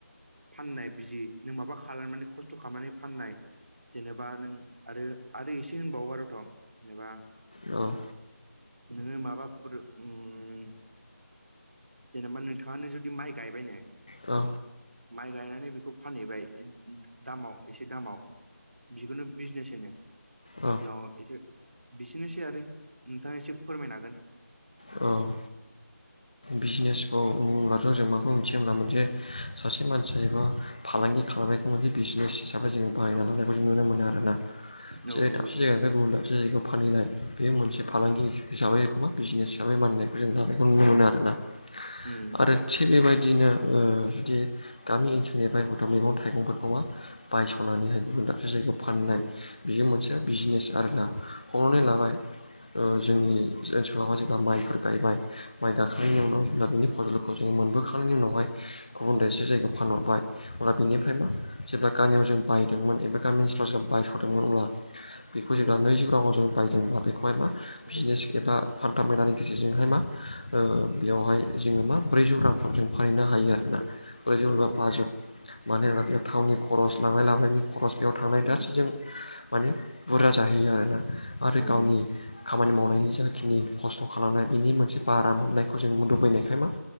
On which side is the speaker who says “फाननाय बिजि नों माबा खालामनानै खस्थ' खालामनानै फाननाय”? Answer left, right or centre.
Right